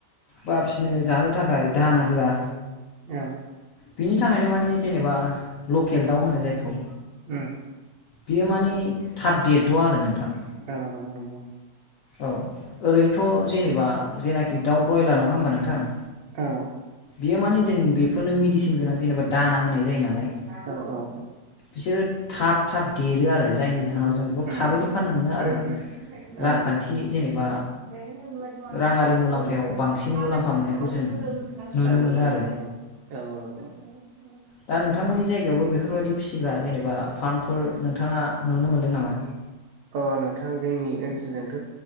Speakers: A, on the left; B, on the right.
A: बा फिनो जानो थाखाय दाना होआ
B: औ
A: बिनि थाखायनो मानि जेनेबा लकेल दाउ होनो जायखौ
B: उम
A: बियो मानि थाब डेट द' आरो नोंथां
B: औ नंगौ नंगौ
A: औ ओरैनोथ' जेनेबा जेनाखि दाउ ब्रयलार नङा होमबा नोंथां?
B: औ
A: बियो माने जों बेफोरनो मेडिसिन गोनां जेनेबा दाना होनाय जायो नालाय
B: औ औ
A: बिसोरो थाब थाब देरो आरो जायनि जाहोनाव जों
B: उम
A: बिखौ
B: उम
A: थाबैनो फाननो मोनो आरो
B: उम
A: रांखान्थि
B: औ नंगौ
A: जेनेबा
B: <unintelligible>
A: राङारि मुलाम्फायाव बांसिन मुलाम्फा मोननायखौ जों नुनो मोनो आरो
B: औ औ औ।
A: दा नोंथांमोननि जायगायावबो बेफोरबायदि फिसिग्रा जेनेबा फार्मफोर नोंथांङा नुनो मोनदों नामा?
B: अ नोंथां जोंनि ओनसोलजोंथ'